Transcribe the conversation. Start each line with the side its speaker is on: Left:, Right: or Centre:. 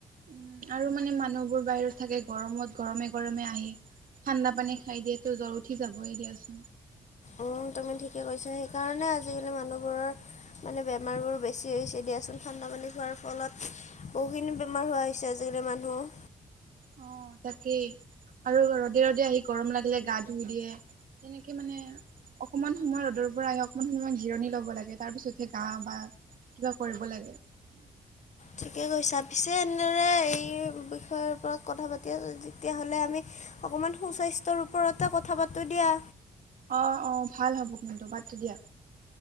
Right: উ আৰু মানে মানুহবোৰ বাহিৰত থাকে গৰমত গৰমে গৰমে আহি ঠাণ্ডা পানী খাই দিয়ে তো জ্বৰ উঠি যাবই দিয়াচোন
Left: অ তুমি ঠিকে কৈছা সেইকাৰণে আজিকালি মানুহবোৰৰ মানে বেমাৰবোৰ বেছি হৈছে দিয়াচোন ঠাণ্ডা পানী খোৱাৰ ফলত বহুখিনি বেমাৰ হোৱা হৈছে আজিকালি মানুহৰ
Right: অ তাকেই আৰু ৰদে ৰদে আহি গৰম লাগিলে গা ধুই দিয়ে তেনেকে মানে অকণমান সময় ৰ'দৰ পৰা আহি অকমান সময় জিৰণি ল'ব লাগে তাৰ পিছতহে গা বা কিবা কৰিব লাগে
Left: ঠিকে কৈছা পিছে এনেদৰে এই বিষয়ৰ ওপৰত কথা পাতি তেতিয়াহ'লে আমি অকণমান সুস্বাস্থ্যৰ ওপৰতে কথা পাতো দিয়া
Right: অ অ ভাল হ'ব কিন্তু পাতো দিয়া